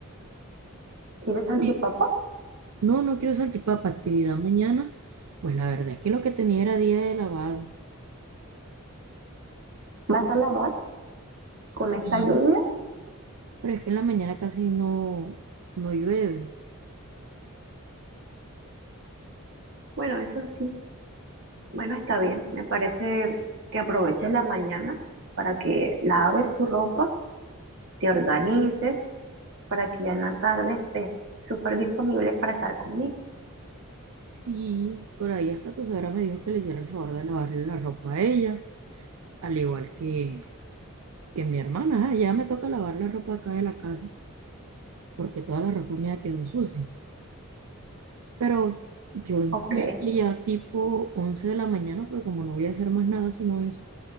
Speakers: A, on the right; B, on the right.
A: ¿Quieres salchipapa?
B: Sí, No, no quiero salchipapa, actividad mañana. Pues la verdad es que lo que tenía era día de lavado.
A: ¿Vas a lavar
B: Sí,
A: con esta lluvia?
B: pero es que en la mañana casi no, no llueve.
A: Bueno, eso sí. Bueno, está bien. Me parece que aproveches la mañana para que laves tu ropa, te organices, para que ya en la tarde estés súper disponible para estar conmigo.
B: Sí, por ahí hasta tu suegra me dijo que le hiciera el favor de lavarle la ropa a ella, al igual que, que mi hermana. Ah, ya me toca lavar la ropa acá de la casa, porque toda la ropa mía quedó sucia. Pero yo intuyo
A: Ok,
B: que ya tipo 11 de la mañana, porque como no voy a hacer más nada sino eso,